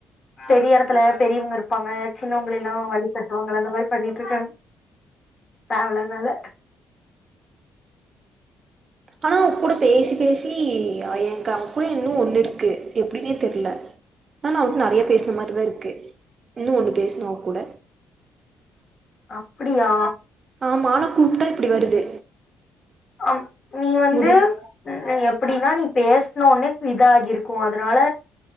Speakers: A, on the left (about 40°); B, on the right (about 45°).
A: பெரிய இடத்துல பெரியவங்க இருப்பாங்க சின்னவங்கள எல்லாம் வழி கட்டு அந்த மாதிரி பண்ணிட்டு இருக்கே தேவல்லாத நாள
B: ஆனா அவ கூட பேசி பேசி எனக்கு அப்டி இன்னு ஒன்னு இருக்கு எப்டினே தெர்ல ஆனா அவட்ட நெறைய பேசுன மாரிதா இருக்கு இன்னு ஒண்ணு பேசனு அவ கூட
A: அப்புடியா
B: <unintelligible> கூப்ட்டா இப்புடி வருது
A: அ நீ வந்து
B: முடி
A: நி எப் புடின்னா நீ பேசுனோனா இதாகிருக்கு அதுனால